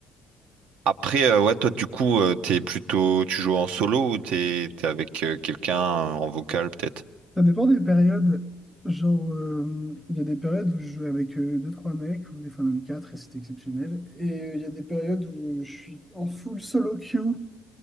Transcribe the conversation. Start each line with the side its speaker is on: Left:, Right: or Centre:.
Right: Après, euh, ouais, toi, du coup, euh, t'es plutôt, tu joues en solo ou t'es, t'es avec euh, quelqu'un euh, en vocal, peut-être?
Centre: Ça dépend des périodes. Genre, euh, il y a des périodes où je jouais avec euh, deux trois mecs, ou des fois même 4 et c'était exceptionnel. Et euh, il y a des périodes où je suis en full solo queue,